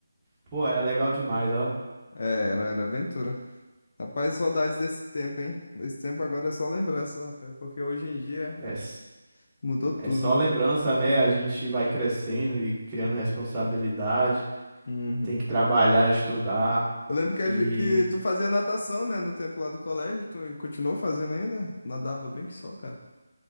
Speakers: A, on the right (about 15°); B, on the left (about 45°).
A: Pô, era legal demais, ó.
B: É, era, era aventura. Rapaz, saudades desse tempo, hein? Esse tempo agora é só lembrança, rapaz. Porque hoje em dia
A: É, s-
B: mudou tudo,
A: é só
B: né?
A: lembrança, né? A gente vai crescendo e criando responsabilidade,
B: Uhum.
A: tem que trabalhar, estudar.
B: Eu lembro que, a
A: E,
B: gente- que tu fazia natação, né? No tempo lá do colégio. Tu continuou fazendo ainda? Nadava bem que só, cara.